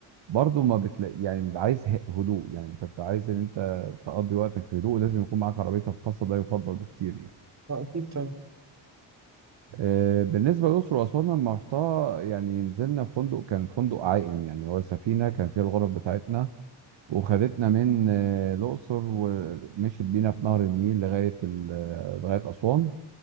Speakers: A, on the right (about 65°); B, on the right (about 35°).
A: برضو ما بتلاقي يعني بيبقى عايز ه- هدوء يعني انت بتبقى عايز ان انت تقضي وقتك في هدوء لازم يكون معاك عربيتك الخاصة ده يفضل بكتير يعني
B: آه، أكيد طبعا
A: آه، بالنسبة للأقصر وأسوان لما رحتها يعني نزلنا في فندق كان فندق عائم يعني هو سفينة كان فيها الغرف بتاعتنا وخدتنا من آه، الأقصر ومشيت بينا في نهر النيل لغاية ال- آه، لغاية أسوان